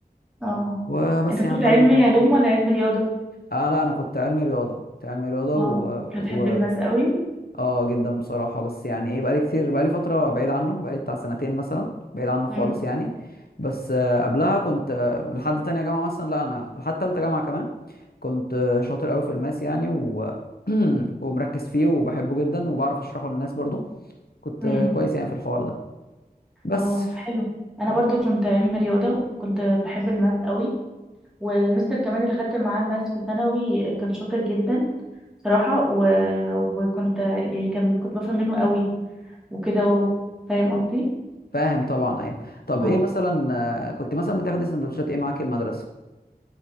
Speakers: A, in the centre; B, on the left.
A: اه
B: وبس
A: انت كنت
B: يعني الحمد
A: علمي
B: لله
A: علوم ولا علمي رياضة
B: آه لا أنا كنت علمي رياضة كنت علمي رياضة
A: اه
B: و...
A: انت بتحب
B: و...
A: الماس قوي
B: آه جدا بصراحة بس يعني إيه بقالي كتير بقالي فترة بعيد عنه بقالي بتاع سنتين مثلا بعيد عنه خالص
A: مم.
B: يعني بس آه، قبلها كنت آه، لحد تانية جامعة مثلا لا أنا لحد تالتة جامعة كمان كنت شاطر قوي في الماس يعني و... <clears throat> ومركز فيه وبحبه جدا وبعرف اشرحه للناس برضو كنت
A: مم.
B: كويس يعني في الحوار ده بس
A: اه حلو انا برضو كنت علمي رياضة وكنت بحب الماس قوي والمستر كمان اللي خدت معاه ماس في ثانوي كان شاطر جدا بصراحة و... وكنت يعني كان كنت بفهم منه قوي وكده و... فاهم قصدي
B: فاهم طبعا ايوه طب
A: اه
B: ايه مثلا آه، كنت مثلا بتاخدي سندوتشات ايه معاكي المدرسه